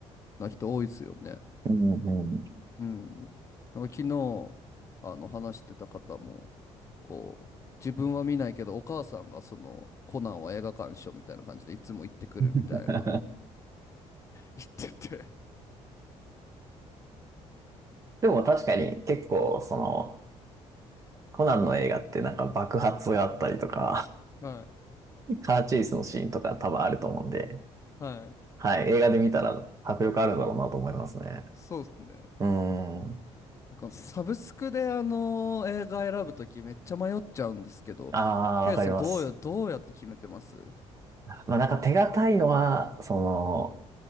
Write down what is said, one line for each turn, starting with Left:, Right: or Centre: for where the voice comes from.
Left: な人多いですよね。
Right: うんうんうん。
Left: うん。なんか昨日、あの、話してた方も、こう、自分は見ないけど、お母さんがその、コナンは映画鑑賞みたいな感じでいつも行ってくるみたいな。
Right: <laughs>
Left: 行ってて
Right: でも確かに結構その、コナンの映画ってなんか爆発があったりとか、
Left: はい。
Right: カーチェイスのシーンとか多分あると思うんで、
Left: はい。
Right: はい、映画で見たら迫力あるんだろうなと思いますね。
Left: そうですね。
Right: うーん。
Left: なんかサブスクであの映画選ぶときめっちゃ迷っちゃうんですけど、
Right: ああ、
Left: ケイさんどうや、
Right: わかります。
Left: どうやって決めてます
Right: まあなんか手堅いのは、その、